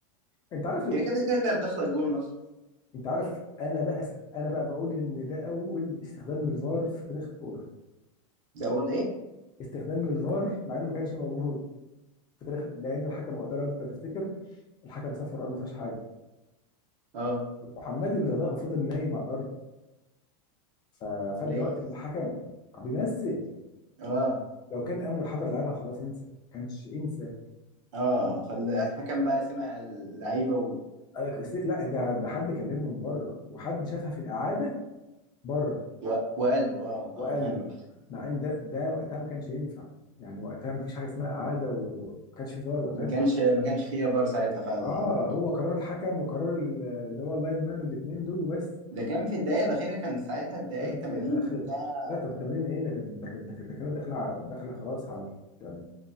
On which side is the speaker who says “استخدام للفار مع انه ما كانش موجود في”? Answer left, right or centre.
Left